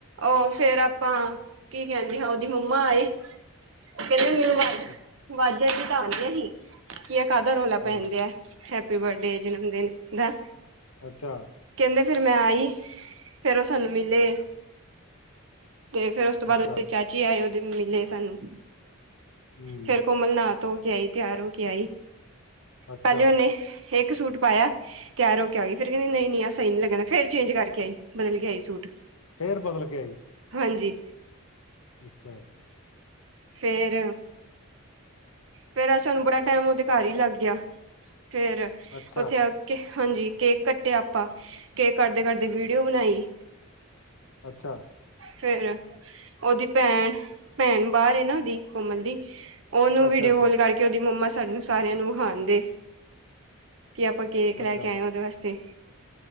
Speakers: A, on the right (about 60°); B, on the left (about 70°).
A: ਉਹ ਫੇਰ ਆਪਾਂ ਕੀ ਕਹਿੰਦੇ ਹਾਂ ਉਹਦੀ ਮੰਮਾ ਆਏ ਹਿੰ ਮੂੰ <unintelligible>
B: ਅੱਛਾ
A: ਵਾਜਾਂ ਤੇ ਘਰ ਦੀਆਂ ਹੀ ਕਿ ਇਹ ਕਾਹਦਾ ਰੌਲਾ
B: ਹੂੰ
A: ਪੈਨ ਦੇਐ ਹੈਪੀ ਬਰਥਡੇ ਜਨਮ ਦਿਨ ਦਾ
B: ਅੱਛਾ
A: ਕਹਿੰਦੇ ਫੇਰ ਮੈਂ ਆਈ ਫੇਰ ਉਹ ਸਾਨੂੰ ਮਿਲੇ ਤੇ ਫੇਰ ਉਸ ਤੋਂ ਬਾਅਦ
B: ਅੱਛਾ
A: <unintelligible> ਜੀ ਆਏ ਉਹਦੇ ਮਿਲੇ ਸਾਨੂੰ
B: ਹੂੰ
A: ਫੇਰ ਕੋਮਲ ਨਾਹ ਧੋ ਕੇ ਆਈ ਤਿਆਰ ਹੋ ਕੇ ਆਈ
B: ਅੱਛਾ
A: ਪਹਿਲੇ ਉਹਨੇ ਇੱਕ ਸੂਟ ਪਾਇਆ ਤਿਆਰ ਹੋ ਕੇ ਆ ਗੀ ਫੇਰ ਕਹਿੰਦੀ ਨਹੀਂ ਨਹੀਂ ਆ ਸਹੀ ਨੀ ਲੱਗਣਦਾ ਫੇਰ ਚੇਂਜ ਕਰਕੇ ਆਈ ਬਦਲ ਕੇ ਆਈ ਸੂਟ
B: ਫੇਰ ਬਦਲ ਕੇ ਆਈ
A: ਹਾਂਜੀ
B: ਅੱਛਾ
A: ਫੇਰ ਫੇਰ ਅੱਜ ਸਾਨੂੰ ਬੜਾ ਟਾਈਮ ਉਹਦੇ ਘਰ ਹੀ ਲੱਗ ਗਿਆ ਫੇਰ
B: ਅੱਛਾ
A: ਉੱਥੇ। ਹਾਂਜੀ ਕੇਕ ਕੱਟਿਆ ਆਪਾਂ ਕੇਕ ਕਟਦੇ ਕਟਦੇ ਵੀਡੀਓ ਬਣਾਈ।
B: ਅੱਛਾ।
A: ਫੇਰ ਉਹਦੀ ਭੈਣ ਭੈਣ ਬਾਹਰ ਨਾ ਉਹਦੀ ਕੋਮਲ ਦੀ। ਉਹਨੂੰ
B: ਅੱਛਾ
A: ਵੀਡੀਓ
B: ਅੱਛਾ
A: ਕੋਲ ਕਰਕੇ ਉਹਦੀ ਮੰਮਾ ਸਾਨੂੰ ਸਾਰਿਆਂ ਨੂੰ ਵਖਾਣਦੇ ਕਿ ਆਪਾਂ ਕੇਕ ਲੈ
B: ਅੱਛਾ
A: ਕੇ ਆਏ ਉਹਦੇ ਵਾਸਤੇ